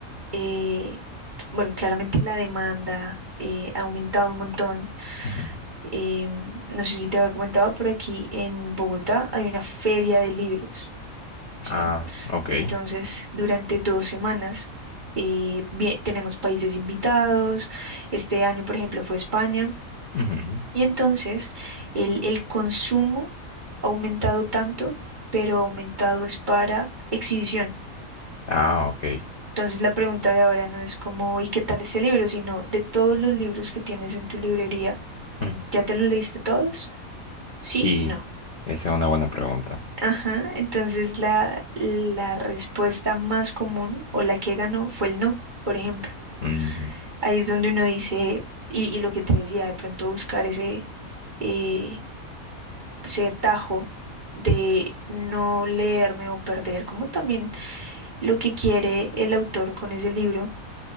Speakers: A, on the right; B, on the left.
A: eh, bueno, claramente la demanda eh, ha aumentado un montón.
B: ujú.
A: Eh, no sé si te había comentado, pero aquí en Bogotá hay una feria de libros, ¿sí?
B: Ah, ok.
A: Entonces, durante dos semanas eh, vie- tenemos países invitados. Este año, por ejemplo, fue España.
B: ujú,
A: Y entonces, el, el consumo ha aumentado tanto, pero aumentado es para exhibición.
B: Ah, ok.
A: Entonces la pregunta de ahora no es como, ¿y qué tal este libro? Sino de todos los libros que tienes en tu librería,
B: ujú,
A: ¿ya te los leíste todos? Sí,
B: Y
A: no.
B: esa es una buena pregunta.
A: Ajá, entonces la, la respuesta más común o la que ganó fue el no, por ejemplo.
B: ujú,
A: Ahí es donde uno dice, y, y lo que te decía, de pronto buscar ese, eh, ese atajo de no leerme o perder, como también lo que quiere el autor con ese libro